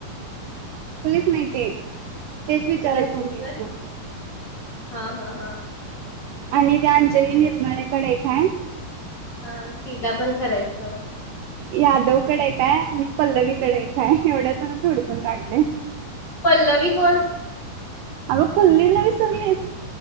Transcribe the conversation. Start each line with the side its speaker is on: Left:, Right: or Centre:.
Right: माहितीय. तेच विचाराय
Left: केलतीस
Right: फोन केलता.
Left: व्हय हा हा हा!
Right: आणि त्या अंजली निर्माळेकडेय. ह्यां.
Left: हा तिला पण करायचं.
Right: यादवकडे एकाय आणि पल्लवीकडे एकाय. एवढ्याच जणांचं हूडकून काढलंय.
Left: पल्लवी कोण?
Right: अगं पल्लवीला विसरलीस?